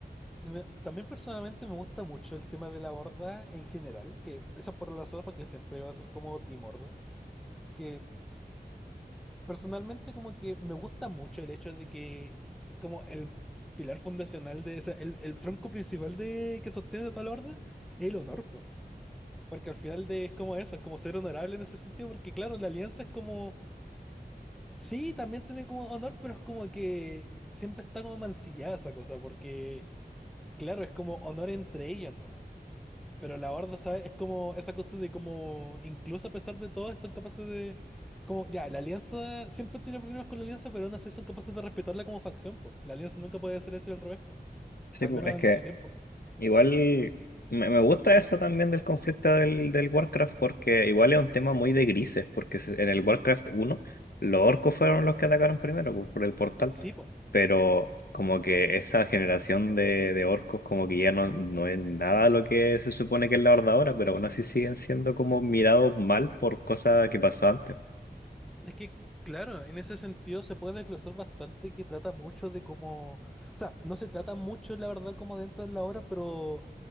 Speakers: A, in the centre; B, on the left.
A: Y me- También personalmente me gusta mucho el tema de la horda en general, que eso es por la razón porque siempre va a ser como Team Horda, que personalmente como que me gusta mucho el hecho de que como el pilar fundacional de, o sea, el, el tronco principal de que sostiene a toda la horda es el honor, po. Porque al final de, es como eso, es como ser honorable en ese sentido, porque claro, la alianza es como, sí, también tiene como honor, pero es como que siempre está como mancillada esa cosa, porque claro, es como honor entre ellos Pero la horda, ¿sabes? Es como esa cosa de como, incluso a pesar de todo, son capaces de... Como, ya, la alianza siempre tiene problemas con la alianza, pero aún así son capaces de respetarla como facción, po. La alianza nunca puede hacer eso y al revés, po.
B: Sí,
A: Al
B: pues,
A: menos
B: es que
A: en su tiempo.
B: Igual me, me gusta eso también del conflicto del, del Warcraft, porque igual es un tema muy de grises, porque se- en el Warcraft uno los orcos fueron los que atacaron primero por, por el portal,
A: Sí, po.
B: pero como que esa generación de, de orcos como que ya no, no es nada lo que se supone que es la Horda ahora, pero aún así siguen siendo como mirados mal por cosas que pasó antes.
A: Es que, claro, en ese sentido se puede desglosar bastante que trata mucho de cómo... O sea, no se trata mucho, la verdad, como dentro de la obra, pero